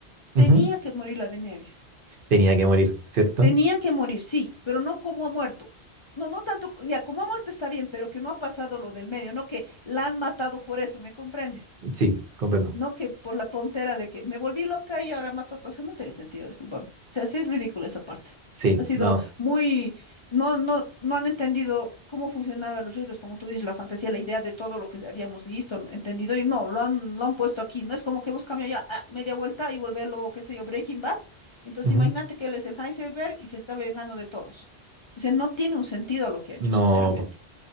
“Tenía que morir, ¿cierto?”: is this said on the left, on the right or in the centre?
Right